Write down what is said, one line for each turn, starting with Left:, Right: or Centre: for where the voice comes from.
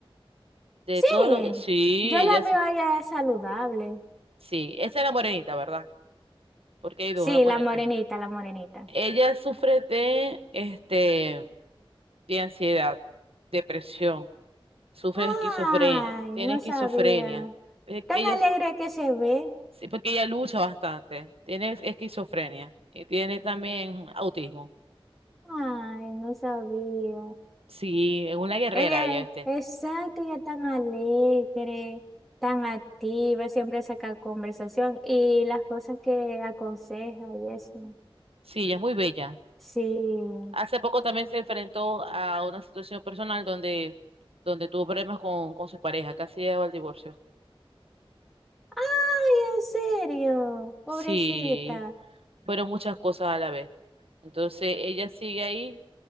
Right: De
Centre: Sí,
Right: todo lo que... Sí,
Centre: yo
Right: ella...
Centre: la veo
Right: su-
Centre: a ella saludable.
Right: Sí, esa es la morenita, ¿verdad? Porque hay dos,
Centre: Sí,
Right: la morenita.
Centre: la morenita, la morenita.
Right: Ella sufre de, este, de ansiedad, depresión, sufre
Centre: Ay,
Right: de esquizofrenia, tiene
Centre: no
Right: esquizofrenia.
Centre: sabía.
Right: Eh,
Centre: Tan
Right: Ella,
Centre: alegre
Right: s-
Centre: que se ve.
Right: sí, porque ella lucha bastante, tiene esquizofrenia y tiene también autismo.
Centre: Ay, no sabía.
Right: Sí, es una guerrera
Centre: Ella,
Right: ella,
Centre: es-
Right: ¿viste?
Centre: exacto, ella es tan alegre, tan activa, siempre saca conversación y las cosas que aconseja y eso.
Right: Sí, ella es muy bella.
Centre: Sí.
Right: Hace poco también se enfrentó a una situación personal donde, donde tuvo problemas con, con su pareja, casi llegó al divorcio.
Centre: Ay, en serio, pobrecita.
Right: Sí, fueron muchas cosas a la vez. Entonces ella sigue ahí